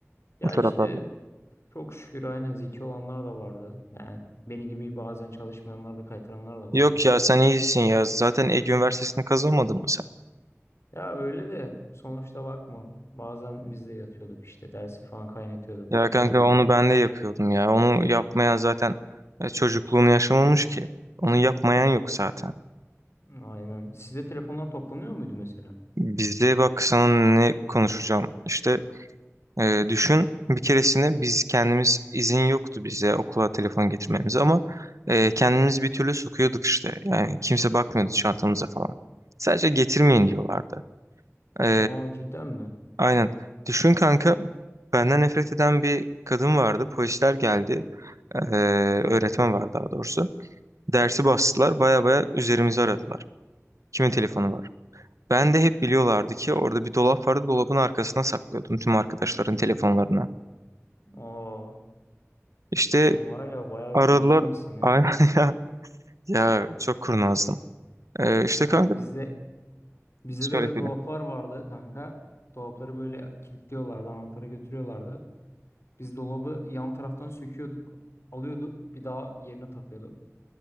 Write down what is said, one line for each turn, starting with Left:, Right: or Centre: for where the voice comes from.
Left: Ya
Right: O taraflarda.
Left: işte çok şükür aynen zeki olanlar da vardı. Yani beni gibi bazen çalışmayanlar da kaytaranlar da
Right: Yok
Left: vardı.
Right: ya sen iyisin ya. Zaten Ege Üniversitesi'ni kazanmadın mı sen?
Left: Ya öyle de sonuçta bakma. Bazen biz de yatıyorduk işte dersi falan kaynatıyorduk,
Right: Ya
Left: kaçıyorduk.
Right: kanka onu ben de yapıyordum ya. Onu yapmayan zaten e, çocukluğunu yaşamamış ki. Onu yapmayan yok zaten.
Left: Aynen. Sizde telefonlar toplanıyor muydu mesela?
Right: Bizde bak sana ne konuşacağım. İşte e, düşün bir keresinde biz kendimiz izin yoktu bize okula telefon getirmemize ama e, kendimiz bir türlü sokuyorduk işte. Yani kimse bakmıyordu çantamıza falan. Sadece getirmeyin diyorlardı. E,
Left: Aa cidden mi?
Right: Aynen. Düşün kanka benden nefret eden bir kadın vardı. Polisler geldi. Ee, öğretmen var daha doğrusu. Dersi bastılar. Baya baya üzerimizi aradılar. Kimin telefonu var? Ben de hep biliyorlardı ki orada bir dolap vardı. Dolabın arkasına saklıyordum tüm arkadaşların telefonlarını.
Left: Aa
Right: İşte
Left: sen var ya bayağı
Right: aradılar.
Left: bir zekiymişsin he.
Right: Aynen <laughs> ya. Ya çok kurnazdım. Ee, işte
Left: Ya
Right: kanka
Left: bizde bizde de
Right: şöyle
Left: öyle
Right: söyleyeyim.
Left: dolaplar vardı kanka. Dolapları böyle kilitliyorlardı, anahtarı götürüyorlardı. Biz dolabı yan taraftan söküyorduk, alıyorduk, bir daha yerine takıyorduk.